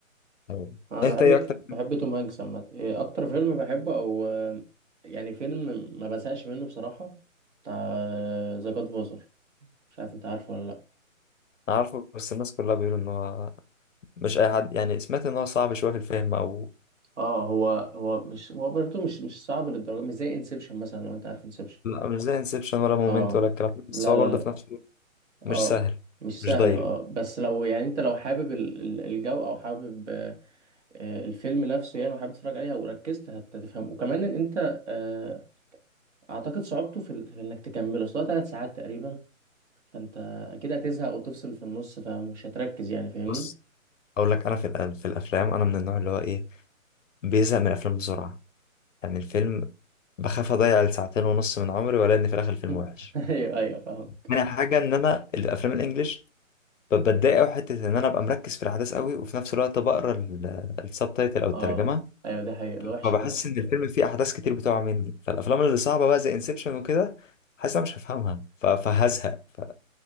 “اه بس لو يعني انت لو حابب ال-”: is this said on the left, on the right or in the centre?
Right